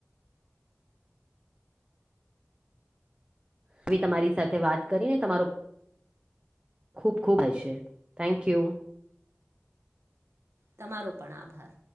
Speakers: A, on the right; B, on the right.
A: <inaudible> આવી તમારી સાથે વાત કરીને તમારો ખુબ ખુબ હ છે, થેન્ક યુ.
B: તમારો પણ આભાર.